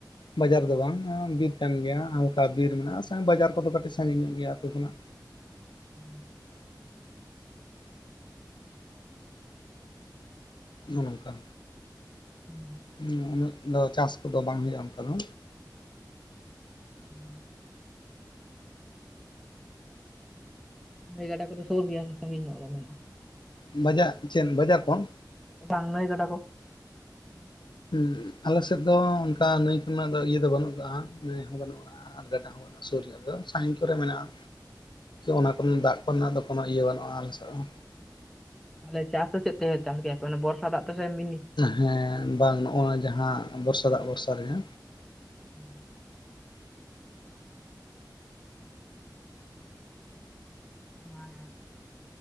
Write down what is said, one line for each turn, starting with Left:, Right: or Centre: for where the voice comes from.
Left: ᱵᱟᱡᱟᱨ ᱫᱚ ᱵᱟᱝ ᱵᱤᱨ ᱠᱟᱱ ᱜᱮᱭᱟ ᱦᱟᱞᱠᱟ ᱵᱤᱨ ᱢᱮᱱᱟᱜ-ᱟ ᱥᱟ ᱵᱟᱡᱟᱨ ᱠᱚᱫᱚ ᱠᱟᱹᱴᱤᱡ ᱥᱟᱺᱜᱤᱧ ᱧᱚᱜ ᱜᱮᱭᱟ ᱟᱹᱛᱩ ᱠᱷᱚᱱᱟᱜ
Centre: ᱦᱩᱸ
Left: ᱱᱚ ᱱᱚᱝᱠᱟ
Centre: ᱦᱮᱸ
Left: ᱦᱩ ᱩᱱᱟᱹᱜ ᱫᱚ ᱪᱟᱥ ᱠᱚᱫᱚ ᱵᱟᱝ ᱦᱳᱭᱳᱜ-ᱟ ᱚᱱᱠᱟ ᱫᱚ
Centre: ᱦᱩᱸ ᱢᱟᱱᱮ ᱜᱟᱰᱟ ᱠᱚᱫᱚ ᱥᱩᱨ ᱜᱮᱭᱟ ᱥᱮ ᱥᱟᱺᱜᱤᱧ ᱧᱚᱜ ᱢᱮᱱᱟᱜ-ᱟ
Left: ᱵᱟᱡᱟᱨ ᱪᱮᱱ ᱵᱟᱡᱟᱨ ᱠᱚᱱ
Centre: ᱵᱟᱝ ᱱᱟᱹᱭ ᱜᱟᱰᱟ ᱠᱚ
Left: ᱦᱮᱸ ᱟᱞᱮᱥᱮᱫ ᱫᱚ ᱚᱱᱠᱟ ᱱᱟᱹᱭ ᱠᱚ ᱫᱚ ᱤᱭᱟᱹ ᱫᱚ ᱵᱟᱹᱱᱩᱜ ᱟᱠᱟᱜ-ᱟ ᱱᱟᱹᱭ ᱦᱚᱸ ᱵᱟᱹᱱᱩᱜ-ᱟ ᱟᱨ ᱜᱟᱰᱟ ᱦᱚᱸ ᱥᱩᱨᱡ ᱫᱚ ᱥᱟᱦᱤᱱᱠ ᱨᱮ ᱢᱮᱱᱟᱜ-ᱟ᱾ ᱚᱱᱟ ᱠᱚᱨᱮ ᱫᱟᱜ ᱠᱚᱨᱮᱱᱟᱜ ᱫᱚ ᱠᱳᱱᱳ ᱤᱭᱟᱹ ᱵᱟᱹᱱᱩᱜ-ᱟ ᱟᱞᱮᱥᱮᱫ ᱦᱚᱸ
Centre: ᱛᱟᱦᱮᱞᱮ ᱪᱟᱥ ᱫᱚ ᱪᱮᱫ ᱛᱮ ᱪᱟᱥ ᱜᱮᱭᱟᱯᱮ ᱵᱚᱨᱥᱟ ᱫᱟᱜ ᱛᱮᱥᱮ ᱢᱤᱱᱤ?
Left: ᱦᱮᱸ ᱵᱟᱝ ᱱᱚᱜᱼᱚᱭ ᱡᱟᱦᱟᱸ ᱵᱚᱨᱥᱟ ᱫᱟᱜ ᱵᱚᱨᱥᱟ ᱨᱮᱜᱮ
Centre: <inaudible> ᱚᱱᱟᱜᱮ